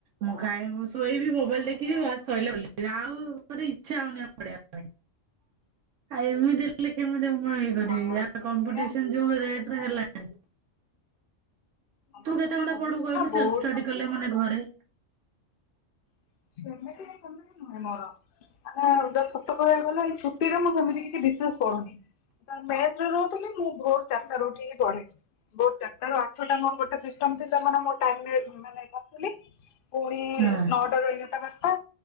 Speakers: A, on the right; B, on the left.
A: ମୁଁ ଖାଇ ଶୋଇବି ମୋବାଇଲ ଦେ ଏତିକି ବାସ ସଇଲା ବୁଲିବା ଆଉ ମୋତେ ଇଚ୍ଛା ହଉନି ପଢେଇବା ପାଇଁ। ଆଉ ଏମିତି ହେଲେ କେମି ମୁଁ ହେଇପାରିବି
B: ହଁ ହଁ
A: କମ୍ପିଟିସନ
B: ସେ
A: ଯୋଉ ରେଟରେ ହେଲାଣି।
B: କମ୍ପିଟିସନ
A: ତୁ କେତେ ଘଣ୍ଟା
B: ବହୁତ
A: ପଢୁ କହିଲୁ
B: ନା ବହୁତ
A: ସେମ ଷ୍ଟଡି
B: କମ୍ପିଟିସନ
A: କଲେ ମାନେ ଘରେ।
B: <unintelligible> ନୁହେଁ ମୋର। ମାନେ ଯୋଉ ଛୋଟ କହିବାକୁ ଗଲେ ଏଇ ଛୁଟି ରେ ମୁଁ ସେମିତି କିଛି ବିଶେସ ପଢୁନି। ମେସେରେ ରହୁଥିଲି ମୁଁ ଭୋର ଚାରିଟା ରୁ ଉଠିକି ପଢେ। ଭୋର ଚା ଆଠଟା ମୋର ଗୋଟେ ସିଷ୍ଟମ ଥିଲା ମାନେ ମୋ ଟାଇମ ରେ ମାନେ କରୁଥିଲି। ପୁଣି
A: ହଁ
B: ନଅଟା ରୁ ଏଗାରଟା ବାରଟା